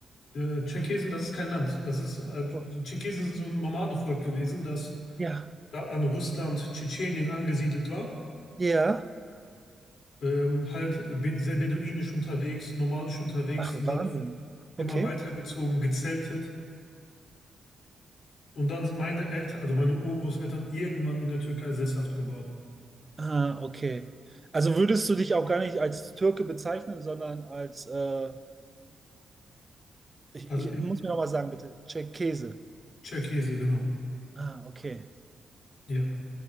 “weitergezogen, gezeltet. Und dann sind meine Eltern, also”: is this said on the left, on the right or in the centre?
Left